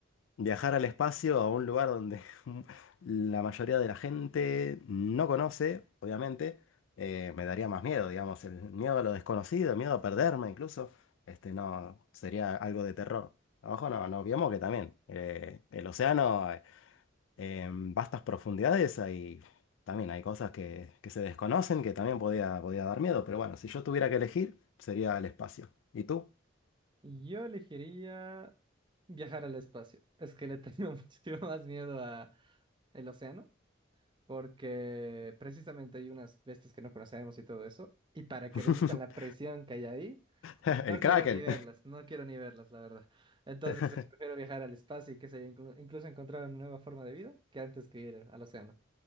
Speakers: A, on the left; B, on the right.
A: Viajar al espacio, a un lugar donde <laughs> la mayoría de la gente no conoce, obviamente, eh, me daría más miedo, digamos, el miedo a lo desconocido, el miedo a perderme incluso, este no, sería algo de terror. Abajo no, no olvidemos que también eh, el océano, eh, en vastas profundidades, hay, también hay cosas que, que se desconocen que también podía, podía dar miedo, pero bueno, si yo tuviera que elegir, sería el espacio. ¿Y tú?
B: Yo elegiría viajar al espacio. Es que le tengo <laughs> muchísimo más miedo a el océano. porque precisamente hay unas bestias que no conocemos y todo eso, y para que
A: <laughs>
B: resistan la presión que hay ahí,
A: El
B: no
A: Kraken.
B: quiero ni verlas, no quiero ni verlas, la verdad. Entonces,
A: <laughs>
B: sí, prefiero viajar al espacio y que se incluso encontrar una nueva forma de vida que antes que ir al océano.